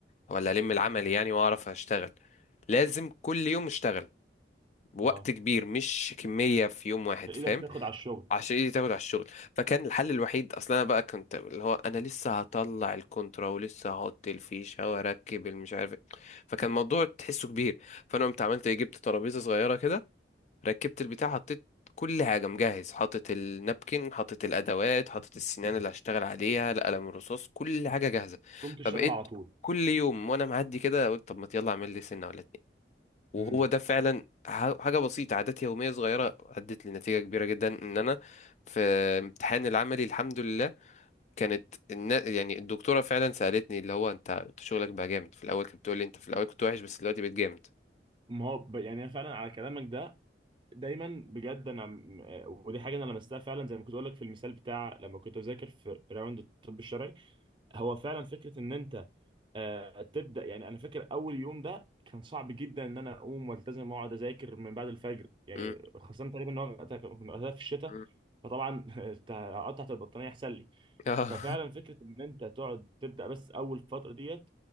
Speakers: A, on the left (about 40°); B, on the right (about 30°).
A: ولا الم العملي يعني واعرف اشتغل لازم كل يوم اشتغل بوقت
B: اه
A: كبير مش كمية في يوم واحد
B: فايدك
A: فاهم
B: تاخد على الشغل
A: عشان ايدي تاخد على الشغل فكان الحل الوحيد اصلا انا بقى كنت اللي هو انا لسه هطلع الكونترا ولسه هحط الفيشة واركب المش عارف إيه. فكان الموضوع تحسه كبير فانا قمت عملت ايه جبت ترابيزة صغيرة كده ركبت البتاع حطيت كل حاجة مجهز حاطط النابكن حاطط الأدوات حاطط السنان اللي هشتغل عليها القلم الرصاص كل حاجة جاهزة
B: تقوم تشتغل
A: فبقيت
B: على طول
A: كل يوم وأنا معدي كده قلت طب ما يلا أعمل لي سنة ولا اتنين وهو
B: امم
A: ده فعلا ح- حاجة بسيطة عادات يومية صغيرة أدت لنتيجة كبيرة جدا إن أنا في امتحان العملي الحمد لله كانت النا... يعني الدكتورة فعلا سألتني اللي هو أنت أنت شغلك بقى جامد في الأول كانت بتقول لي أنت في الأول كنت وحش بس دلوقتي بقيت جامد
B: ما هو ب... يعني انا فعلا على كلامك ده دايما بجد انا م- آه، ودي حاجه انا لمستها فعلا زي ما كنت اقول لك في المثال بتاع لما كنت بذاكر في راوند الطب الشرعي هو فعلا فكره ان انت آه، تبدا يعني انا فاكر اول يوم ده كان صعب جدا ان انا اقوم والتزم واقعد اذاكر من بعد الفجر يعني
A: م-
B: خاصه تقريبا ان هو كنا وقتها في الشتاء
A: م-
B: فطبعا <laughs> قطعت البطانيه احسن لي
A: آه.
B: ففعلا فكره ان انت تقعد تبدا بس اول فتره ديت